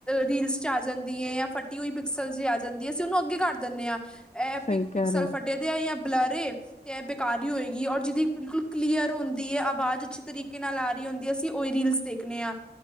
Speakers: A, in the centre; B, on the left.
A: ਰੀਲਸ ਚ ਆ ਜਾਂਦੀ ਹੈ ਜਾਂ ਫਟੀ ਹੋਈ। ਸਲ ਜੀ ਆ ਜਾਂਦੀ। ਅਸੀਂ ਉਨੂੰ ਅੱਗੇ ਕਰ ਦਿੰਦੇ ਆਂ। ਐ
B: ਸਹੀ
A: ਪਿਕਸਲ
B: ਕਹਿ ਰਹੇ ਹੋ
A: ਫਟੇ ਦੇ ਆ, ਜਾਂ ਬਲਰ ਏ ਤੇ ਐ ਬੇਕਾਰ ਈ ਹੋਏਗੀ ਔਰ ਜਿਦੀ ਬਿਲਕੁਲ ਕਲੀਅਰ ਹੁੰਦੀ ਏ, ਆਵਾਜ਼ ਅੱਛੇ ਤਰੀਕੇ ਨਾਲ, ਆ ਰਹੀ ਹੁੰਦੀ ਆ। ਅਸੀਂ ਉਹੀ ਰੀਲਸ ਦੇਖਨੇ ਆ।